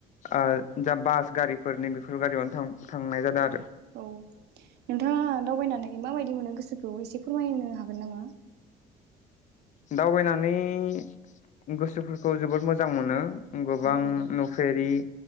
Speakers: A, on the left; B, on the right.
A: ओ जा बास गारिफोरनि बेफोर गारियावनो थां-थांनाय जादों आरो
B: औ नोंथाङा दावबायनानै माबायदि मोनो गोसोखौ एसे फोरमायनो हागोन नामा?
A: दावबायनानै गोसोफोरखौ जोबोद मोजां मोनो। गोबां
B: औ औ
A: नुफेरि